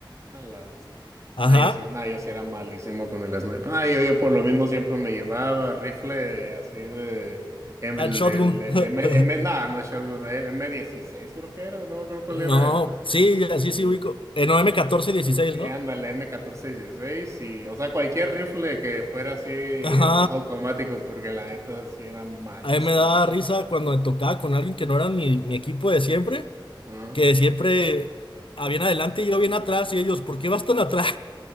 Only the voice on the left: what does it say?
<laughs> Ajá.
Al Shotgun.
<laughs>
No,
sí, ya sí,
sí ubico. En m catorce dieciséis,
¿no?
Ajá.
A mí me da risa cuando me tocaba con alguien que no era mi, mi equipo de siempre,
que siempre, a bien adelante y yo bien atrás, y ellos, ¿por qué vas tan atrás?